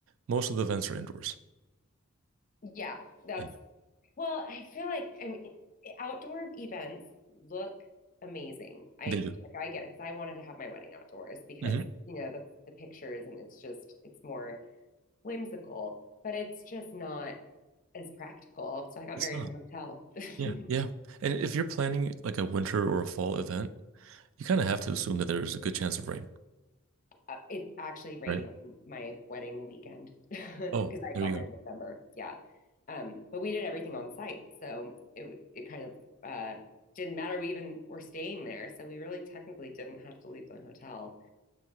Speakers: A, on the right; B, on the left.
A: most of the events are indoors.
B: Yeah, that's
A: Yeah,
B: well, I feel like I mean outdoor events look amazing. I
A: they do.
B: I get it because I wanted to have my wedding outdoors because,
A: hmm
B: you know, that's the pictures and it's just it's more whimsical, but it's just not as practical. So I got
A: It's
B: married
A: not.
B: in a hotel. <laughs>
A: Yeah, yeah. And if you're planning like a winter or a fall event, you kind of have to assume that there's a good chance of rain,
B: Uh, It actually rained
A: right?
B: on my wedding weekend <laughs> because
A: Oh,
B: I
A: there
B: got
A: you
B: married
A: go.
B: in November. Yeah. Um, but we did everything on site. So it w- it kind of uh didn't matter. We even were staying there. So we really technically didn't have to leave the hotel,